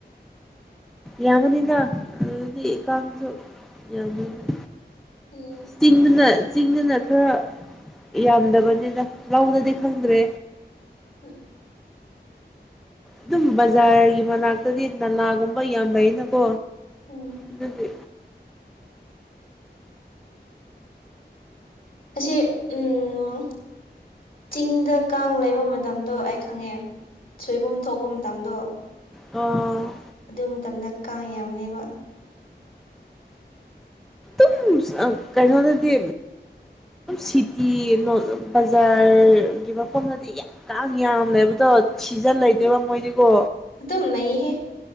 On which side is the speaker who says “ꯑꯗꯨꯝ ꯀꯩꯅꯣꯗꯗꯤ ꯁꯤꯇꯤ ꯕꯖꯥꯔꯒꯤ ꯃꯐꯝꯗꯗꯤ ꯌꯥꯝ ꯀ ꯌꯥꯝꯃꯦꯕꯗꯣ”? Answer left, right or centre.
Centre